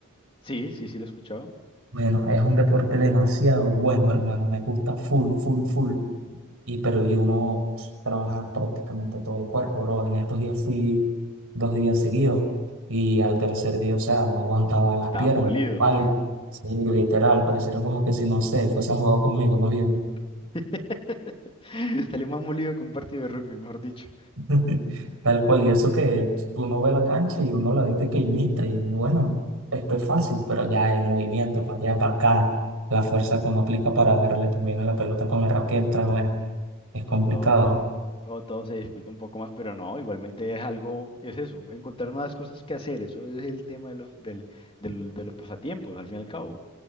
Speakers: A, on the left; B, on the right.
A: Sí, sí, sí, lo he escuchado.
B: Bueno, es un deporte demasiado bueno, hermano. Me gusta full, full, full. Y pero y uno trabaja prácticamente todo el cuerpo, bro. En estos días fui dos días seguidos y al tercer día, o sea, no aguantaba las
A: Estaba
B: piernas,
A: molido.
B: algo. Sí, literal, pareciera como que si no sé, fuesen jugado conmigo más bien.
A: <laughs> Salí más molido que un partido de rugby, mejor dicho.
B: <laughs> Tal cual, y eso que uno ve la cancha y uno la ve pequeñita y bueno, esto es fácil, pero ya el movimiento para allá, para acá, la fuerza que uno aplica para darle también a la pelota con la raqueta, bueno. Es complicado.
A: Sí, todo. Todo, todo se dificulta un poco más, pero no, igualmente es algo, es eso, encontrar nuevas cosas que hacer, eso es el tema de los, del, del- de los pasatiempos, al fin y al cabo. O